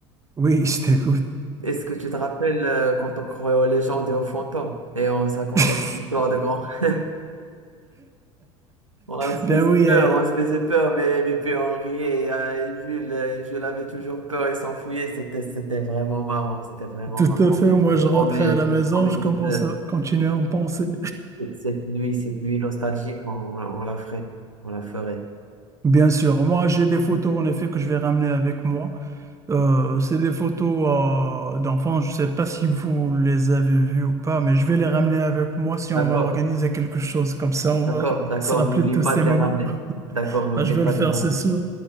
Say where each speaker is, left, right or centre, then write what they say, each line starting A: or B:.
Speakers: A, on the right (about 20°); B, on the right (about 90°).
A: Oui, je t'écoute.
B: Est-ce que tu te rappelles euh, quand on croyait aux légendes et aux fantômes et on se racontait
A: <laughs>
B: des histoires de grands? <laughs> On se
A: Ben
B: faisait
A: oui,
B: peur,
A: eh,
B: on se faisait peur, mais, mais puis on riait. Et, euh, et Jules, euh, Jules avait toujours peur et s'enfuyait. C'était, c'était vraiment marrant, c'était vraiment
A: tout
B: marrant.
A: à fait.
B: Je
A: Moi,
B: te
A: je
B: promets,
A: rentrais à la
B: je te
A: maison,
B: promets
A: je commence
B: cette, euh,
A: à continuer à en penser.
B: cette nuit, cette nuit nostalgique, on, on la ferait, on la ferait.
A: <laughs> Bien sûr, moi, j'ai des photos, en effet, que je vais ramener avec moi. Euh, c'est des photos euh, d'enfants. Je sais pas si vous les avez vues ou pas, mais je vais les ramener avec moi si on
B: D'accord,
A: va organiser quelque chose. Comme ça, on
B: d'accord,
A: va
B: d'accord.
A: se rappeler
B: N'oublie
A: de tous
B: pas
A: ces
B: de
A: moments.
B: les ramener. D'accord, n'oublie
A: Bah, je vais
B: pas
A: le faire,
B: de les ramener.
A: c'est sûr.